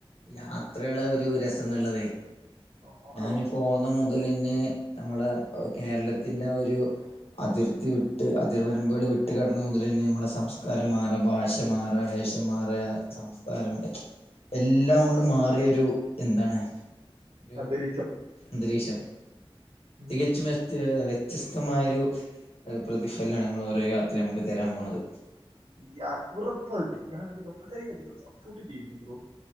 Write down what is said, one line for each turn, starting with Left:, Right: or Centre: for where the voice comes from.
Left: യാത്രകളെ ഒരു രസംന്ന്ള്ളതേ
Right: ആളോ
Left: ഞാനും പോന്ന മുതല്ന്നെ നമ്മളെ കേരളത്തിന്റാ ഒരു അതിർത്തി വിട്ട് അതിർ വരമ്പ്കൾ വിട്ട് കടന്ന മുതലന്ന്യേം മ്മളെ സംസ്കാരം മാറാ ഭാഷ മാറാ വേഷം മാറ സംസ്കാരം എഹ് എല്ലാം കൊണ്ടും മാറ്യ ഒരു എന്താണ് രു
Right: അന്തരീക്ഷം
Left: ന്തരീക്ഷം
Right: ഉം.
Left: തികച്ചും വെസ്തികേ ച്യസ്തമായൊരു പ്രതിഫലാണ് നമ്മളെ ഓരോ യത്രിം അമുക്ക് തരാൻ പോണത്
Right: യാ ഉറപ്പായിട്ടും ഞാനതിനെ വളരെയധികം സപ്പോർട്ട് ചെയ്യുന്നു ബ്രോ